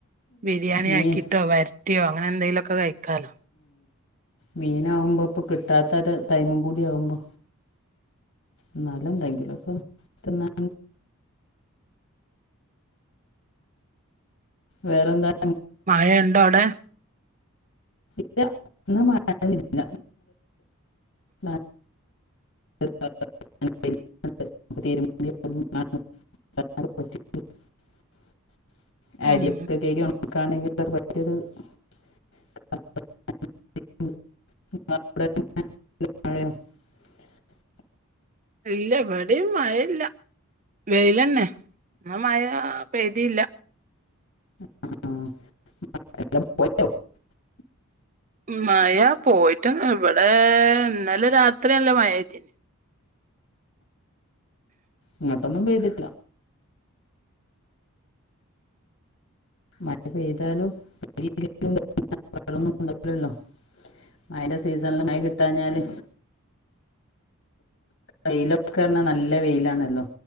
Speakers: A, on the right (about 35°); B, on the left (about 55°).
A: ബിരിയാണി
B: മീൻ
A: ആക്കിട്ടോ വരട്ടിയോ അങ്ങനെ എന്തെങ്കിലുംക്കെ കഴിക്കാലോ
B: മീനാകുമ്പോ ഇപ്പം കിട്ടാത്ത ത്തൊരു ടൈമും കൂടിം ആവുമ്പോ എന്നാലും എന്തെങ്കിലൊക്കെ തിന്ന വേറെ എന്താണ്
A: മഴയുണ്ടോ അവിടെ
B: ഇല്ല ഇന്ന് മഴ ഇല്ല ആ <unintelligible>
A: ഉം
B: <unintelligible>
A: ഇല്ല ഇവിടിം മഴയില്ല വെയിലന്നെ എന്ന മഴ പെയ്തീല്ല
B: ആ <unintelligible>
A: മഴ പോയിട്ട് ഇവിടെ ഇന്നല രാത്രിയല്ല മഴയ്തീനി
B: ഇങ്ങട്ടൊന്നും പെയ്തിട്ടില്ല മഴ പെയ്താലും <unintelligible> മഴന്റെ സീസണില് മഴ കിട്ടാഞ്ഞാല് വെയിലൊക്കെർഞ്ഞാ നല്ല വെയിലാണല്ലോ